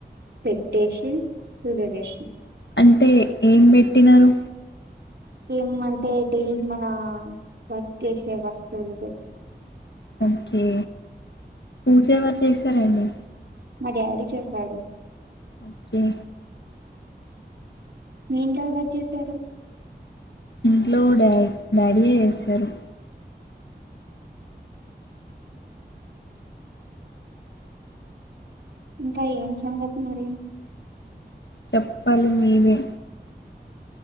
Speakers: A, on the right (about 75°); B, on the left (about 80°).
A: పెట్టేషి, పూజ చేషినం.
B: అంటే ఏం పెట్టినరు?
A: ఏమ్ అంటే డైలీ మనా వర్క్ చేసే వస్తువులు పెట్కు
B: ఒంకే పూజ ఎవరు చేస్ సరే అండి.
A: మా డాడీ చేసాడు.
B: ఓకే
A: మీఇంట్లో ఎవరు చేసారు?
B: ఇంట్లో డా డాడీయే ఏస్సరు.
A: ఇంకా ఏం సంగతి మరి?
B: చెప్పాలి మీరే.